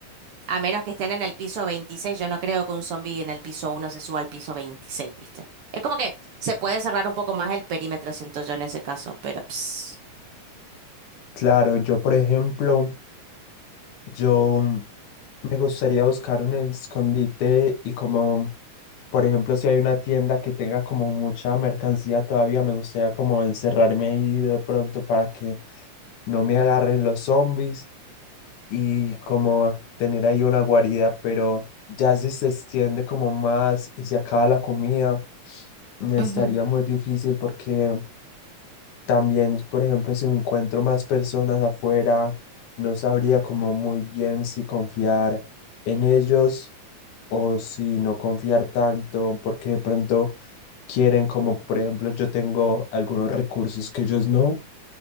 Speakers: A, on the right (about 60°); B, on the left (about 70°).
A: a menos que estén en el piso 26 yo no creo que un zombie en el piso uno se suba al piso veintiséis ¿viste? Es como que se puede cerrar un poco más el perímetro, siento yo en ese caso, pero ps.
B: Claro, yo por ejemplo, yo me gustaría buscar un escondite y como, por ejemplo, si hay una tienda que tenga como mucha mercancía todavía, me gustaría como encerrarme ahí de pronto para que no me agarren los zombies y como tener ahí una guarida, pero ya si se extiende como más y se acaba la comida, mm, estaría
A: Ujú,
B: muy difícil porque también, por ejemplo, si me encuentro más personas afuera, no sabría como muy bien si confiar en ellos o si no confiar tanto, porque de pronto quieren como, por ejemplo, yo tengo algunos recursos que ellos no